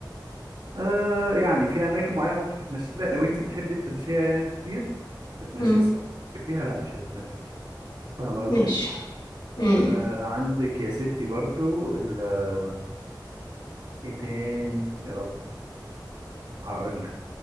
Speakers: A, on the right; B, on the left.
A: آه يعني في اماكن معينه ممكن تتمشي لا لو انت بتحبي التمشيه يعني كتير تتمشي
B: امم
A: بس تحبيها لا مش هتتمشي فاهم قصدي
B: ماشي امم
A: آه عندك يا ستي برضه ال- آه، ايه تاني يا رب هقول